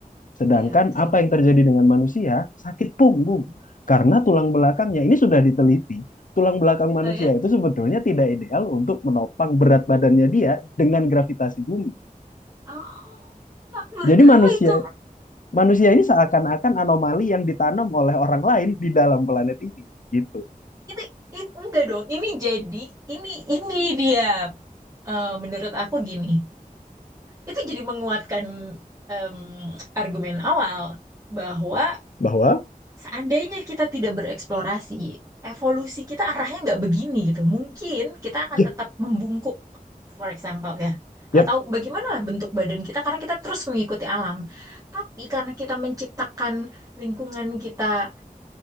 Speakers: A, on the left (about 60°); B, on the right (about 25°).
A: Sedangkan
B: Iya, betul.
A: apa yang terjadi dengan manusia? Sakit punggung.
B: Hmm.
A: Karena tulang belakangnya ini sudah diteliti, tulang belakang manusia
B: Oh ya?
A: itu sebetulnya tidak ideal untuk menopang berat badannya dia dengan gravitasi bumi.
B: Oh, aku baru
A: Jadi
B: tahu
A: manusia
B: itu.
A: manusia ini seakan-akan anomali yang ditanam oleh orang lain di dalam planet ini, gitu.
B: Ini, it- enggak dong. Ini jadi ini ini dia eh, menurut aku gini. Itu jadi menguatkan em, argumen awal bahwa
A: Bahwa
B: seandainya kita tidak bereksplorasi, evolusi kita arahnya nggak begini gitu. Mungkin kita akan
A: ya,
B: tetap membungkuk, for example ya.
A: yep
B: Atau bagaimana lah bentuk badan kita karena kita terus mengikuti alam. Tapi karena kita menciptakan lingkungan kita